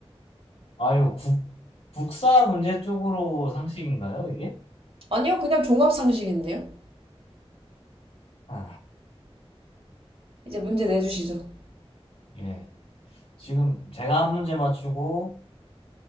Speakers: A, on the left; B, on the right.
A: 아유, 국, 국사 문제 쪽으로 상식인가요, 이게?
B: 아니요, 그냥 종합상식인데요.
A: 아,
B: 이제 문제 내주시죠.
A: 예. 지금 제가 한 문제 맞추고